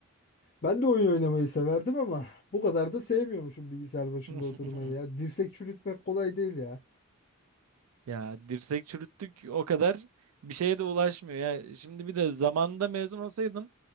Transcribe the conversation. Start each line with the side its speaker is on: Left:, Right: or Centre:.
Left: Ben de oyun oynamayı severdim ama bu kadar da sevmiyormuşum bilgisayar başında
Right: <laughs>
Left: oturmayı ya. Dirsek çürütmek kolay değil ya.
Right: Ya dirsek çürüttük o kadar bir şeye de ulaşmıyor. Ya şimdi bir de zamanında mezun olsaydım